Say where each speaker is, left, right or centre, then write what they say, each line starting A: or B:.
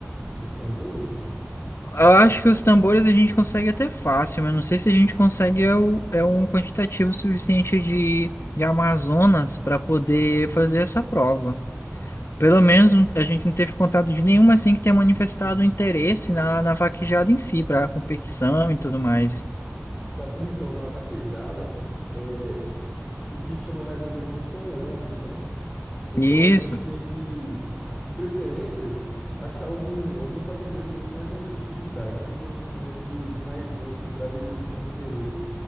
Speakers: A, on the left (about 20°); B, on the left (about 65°).
A: os tambores?
B: eu acho que os tambores a gente consegue até fácil, mas eu não sei se a gente consegue é, o, é um quantitativo suficiente de, de Amazonas para poder fazer essa prova. Pelo menos não- a gente não teve contato de nenhuma assim que tenha manifestado interesse na, na vaquejada em si, para competição e tudo mais.
A: Cara, então, na vaquejada, é, o que chama mais atenção são homens, né? Então
B: Isso,
A: a gente tem que, de preferência, achar algum, algum fazendeiro um pouco mais antigo, cara, que tem conhecimento de, de mais gente, para ver se eles têm interesse.